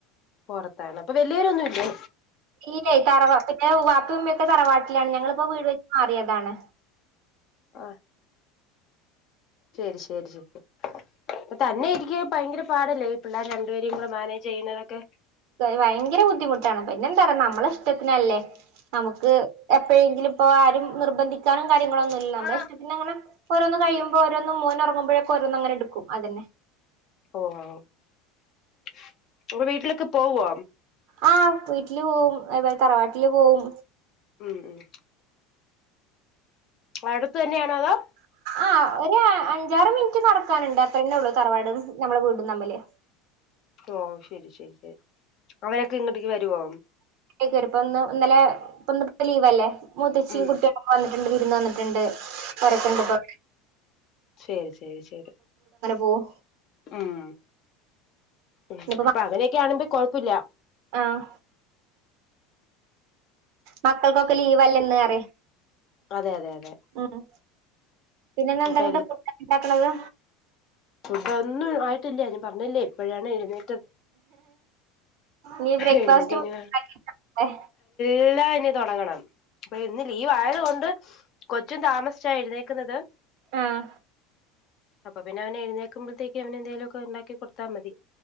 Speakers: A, on the left (about 50°); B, on the right (about 65°).
A: പൊറത്താണ് അപ്പൊ വല്യരൊന്നുല്ലേ?
B: ഇല്ലേയ് തറവാ പിന്നെ ഉ വാപ്പി ഉമ്മിയൊക്കെ തറവാട്ടിലാണ് ഞങ്ങളിപ്പോ വീട് വെച്ച് മാറിയതാണ്
A: ആഹ് ശരി ശരി ശരി തന്നെ ഇരിക്കെ ഭയങ്കര പാടല്ലേ രണ്ടുപേരെ കൂടി മാനേജ് ചെയ്യ്ന്നതൊക്കെ
B: വയങ്കര ബുദ്ധിമുട്ടാണ് പിന്നെ എന്താറിയൊ നമ്മളെ ഇഷ്ടത്തിനല്ലേ നമുക്ക് എപ്പഴെങ്കിലും പ്പോ ആരും നിർബന്ധിക്കാനും കാര്യങ്ങളൊന്നുല്ല
A: ആഹ്
B: നമ്മളെ ഇഷ്ടത്തിന് അങ്ങനെ ഓരോന്ന് കഴിയുമ്പോ ഓരോന്നും മോനൊർങ്ങുമ്പഴ ഓരോന്ന് അങ്ങനെ എടുക്കും അതന്നെ
A: ഓഹ് വീട്ടിലൊക്കെ പോവോ?
B: ആഹ് വീട്ടില് പോവും അതേ പോലെ തറവാട്ടില് പോവും
A: ഉം ഉം അടുത്തന്നെയാണോ അതോ
B: ആ ഒര് അഞ്ചാറ് മിൻറ്റ് നടക്കാന്ണ്ട് അത്രന്നേ ഉള്ളൂ തറവാടും നമ്മളെ വീടും തമ്മില്
A: ഓഹ് ശരി ശരി ശരി അവരക്കെ ഇങ്ങട്ട്ക്ക് വരോ?
B: ലേക്ക് വരും ഇന്ന് ഇന്നലെ ഇ ഇന്ന്പ്പൊ ലീവല്ലേ മൂത്തച്ചിം
A: ഉം
B: കുട്ടിയെളൊക്കെ വന്നിട്ട്ണ്ട് വിരുന്ന് വന്നിട്ട്ണ്ട് പ്പൊ ഓരെക്കെണ്ട്വ്ടെ
A: ശെരി ശെരി ശെരി
B: പോവും
A: ഉം ഉം
B: ഇന്നിപ്പോ
A: അപ്പൊ അങ്ങനെയൊക്കാണെങ്കി കൊഴപ്പുല്ല
B: ആഹ് മക്കൾക്കൊക്കെ ലീവല്ലന്ന്റയാ ഹ്
A: അതെ അതെ അതെ
B: ഉം <unintelligible>
A: അപ്പൊ
B: ഫുഡോക്കെ ണ്ടാക്ക്ണത്?
A: ഫുഡൊന്നും ആയിട്ടില്ല ഞാൻ പറഞ്ഞില്ലേ ഇപ്പോഴാണ് എഴുന്നേ
B: ഞ് ബ്രേക്ഫാസ്റ്റ്
A: എഴുന്നേറ്റ്
B: ഉണ്ടാക്കീട്ട്
A: ഇനി
B: വാണ്ടേ
A: എല്ലാം ഇനി തൊടങ്ങണം ഇപ്പന്ന് ലീവായത് കൊണ്ട് കൊച്ച് താമസിച്ചാ എഴുന്നേക്കുന്നത്
B: ആഹ്
A: അപ്പൊ പിന്നെ അവനെഴുന്നേക്ക ക്കുമ്പഴേതേക്കും അങ്ങനെന്തേലൊക്കെ ണ്ടാക്കി കൊട്ത്താ മതി.